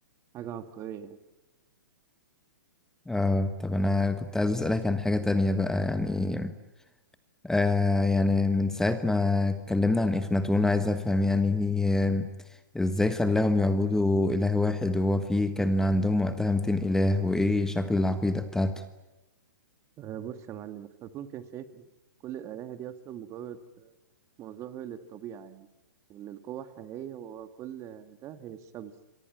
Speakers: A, on the right; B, in the centre.
A: حاجة عبقرية يعني.
B: آه طب أنا كنت عايز أسألك عن حاجة تانية بقى يعني آه يعني من ساعة ما اتكلمنا عن إخناتون عايز أفهم يعني آه، إزاي خلاهم يعبدوا إله واحد وهو فيه كان عندهم وقتها 200 إله وإيه شكل العقيدة بتاعته؟
A: آه، بص يا معلم أفلاطون كان شايف إن كل الآلهة دي أصلا مجرد آه، مظاهر للطبيعة يعني وإن القوة الحقيقية ورا كل ده هي الشمس